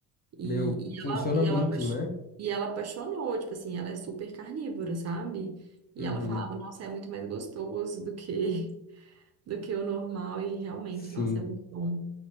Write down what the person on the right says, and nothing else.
E,
e
ela, e
ela, apaix-
e ela apaixonou, tipo assim, ela é super carnívora, sabe? E
ela falava, nossa, é muito mais gostoso do que, do que o normal, e realmente,
nossa, é muito bom.